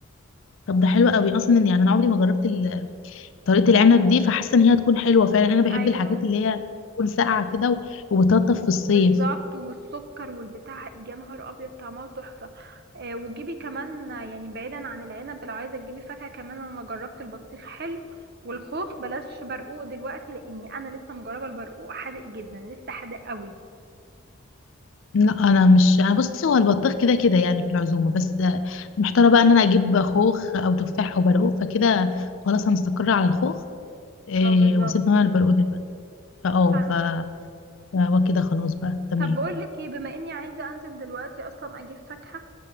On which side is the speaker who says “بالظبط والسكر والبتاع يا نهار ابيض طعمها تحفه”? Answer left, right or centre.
Right